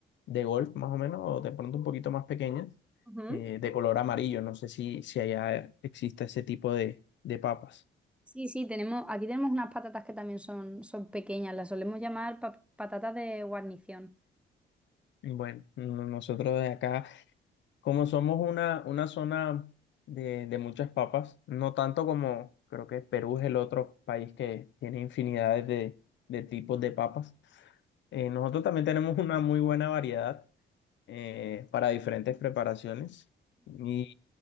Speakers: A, on the left; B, in the centre.
A: de golf, más o menos, o de pronto un poquito más pequeñas,
B: Ujú.
A: eh, de color amarillo. No sé si, si allá existe ese tipo de, de papas.
B: Sí, sí, tenemos, aquí tenemos unas patatas que también son, son pequeñas, las solemos llamar pa- patatas de guarnición.
A: Bueno, no- nosotros de acá. Como somos una, una zona de, de muchas papas, no tanto como creo que Perú es el otro país que tiene infinidades de, de tipos de papas, eh, nosotros también tenemos una muy buena variedad eh, para diferentes preparaciones. Y,